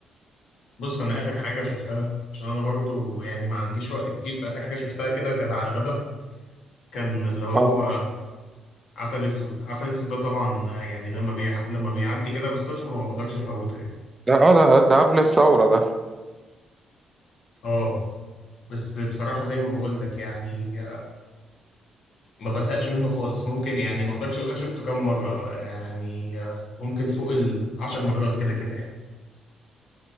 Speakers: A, on the left; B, on the right.
A: بص أنا آخر حاجة شفتها عشان أنا برضو يعني ما عنديش وقت كتير فآخر حاجة شفتها كده كانت على الغدا كان اللي هو
B: اه
A: عسل أسود عسل أسود ده طبعا آه، يعني لما بيع... لما بيعدي كده بالصدفة ما بقدرش أفوته يعني
B: ده اه ده ده قبل الثورة ده
A: اه بس بصراحة زي ما بقول لك يعني ما بزهقش منه خالص ممكن يعني ما اقدرش اقول لك شفته كام مره يعني آه، ممكن فوق العشر مرات كده كده يعني